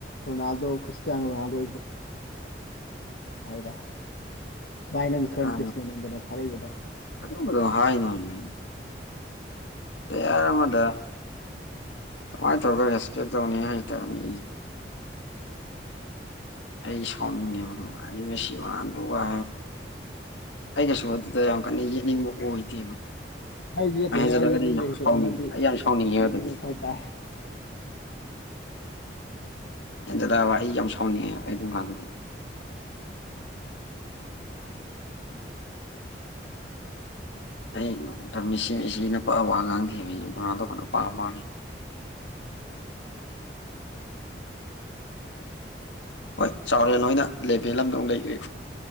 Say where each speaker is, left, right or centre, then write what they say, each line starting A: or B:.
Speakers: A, on the left; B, on the left.
A: ꯔꯣꯅꯥꯜꯗꯣ ꯀ꯭ꯔꯤꯁꯇꯌꯥꯅꯣ ꯔꯣꯅꯥꯜꯗꯣ <unintelligible>
B: <inaudible>
A: ꯚꯥꯏ ꯅꯪꯒꯤ ꯐ꯭ꯔꯦꯟ
B: ꯑ
A: ꯀ꯭ꯔꯤꯁꯅꯅꯟꯗꯅ ꯊꯥꯔꯛꯏꯕ ꯚꯥꯏ
B: ꯑꯗꯨꯝꯕꯗꯣ ꯍꯥꯏꯅꯣꯃꯦ ꯇꯌꯥꯔ ꯑꯃꯗ ꯀꯃꯥꯢ ꯇꯧꯔꯒ ꯔꯦꯁꯄꯦꯛ ꯇꯧꯅꯤ ꯍꯩꯇꯕ ꯃꯤ ꯑꯩ ꯁꯥꯎꯅꯤꯉꯤ ꯑꯩꯁ ꯃꯔ ꯋꯥ ꯑꯩ ꯀꯩꯁꯨ ꯑꯗꯨꯗ ꯌꯥꯝ ꯀꯟꯅ ꯌꯦꯛꯅꯤꯡꯕ ꯑꯣꯏꯗꯦ
A: ꯑꯩ ꯌꯦꯠꯇꯦꯍꯦ
B: ꯆꯂꯒ
A: ꯑꯩ ꯌꯦꯠꯅꯤꯡꯗꯦ ꯀꯩꯁꯨ
B: ꯁꯥꯎꯅꯤ
A: ꯍꯟꯗꯛꯇꯤ
B: ꯑꯩ ꯌꯥꯝ ꯁꯥꯎꯅꯤ ꯍꯗꯗꯤ
A: ꯅꯣꯛꯅꯤꯡꯉꯛꯄ
B: <inaudible>
A: ꯍꯥꯏꯇꯥꯔꯦ
B: ꯖꯦꯗ ꯑꯩ ꯌꯥꯝ ꯁꯥꯎꯅꯤ ꯑꯗꯨꯀꯥꯟ ꯅꯗ ꯑꯩꯗ ꯃꯤꯁꯤ ꯃꯤꯁꯤꯅ ꯄꯕ ꯋꯥ ꯉꯥꯡ ꯊꯤꯕ ꯃꯗꯧꯕꯅꯄꯥ ꯃꯥꯅꯤ ꯍꯣꯏ ꯆꯥꯎꯔꯦꯜ ꯑꯣꯏꯅ ꯂꯦꯕꯦꯜ ꯑꯃꯗ ꯃꯨꯛ ꯂꯩꯈ꯭ꯔꯦ